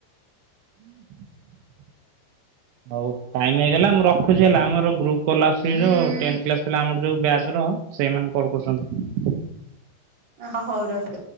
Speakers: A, on the right; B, on the right.
A: <inaudible> ହଉ ଟାଇମ୍ ହେଇଗଲା ମୁଁ ରଖୁଛି ହେଲା ଆମର ଗ୍ରପୁ କଲ୍ ଆସୁଛି ଯୋଉ ଟେନ୍ଥ କ୍ଲାସ ପିଲା ଆମର ଯୋଉ ବ୍ୟଚ୍ ର ସେଇମାନେଲ କରୁଛନ୍ତି।
B: ହ ହଉ ରସ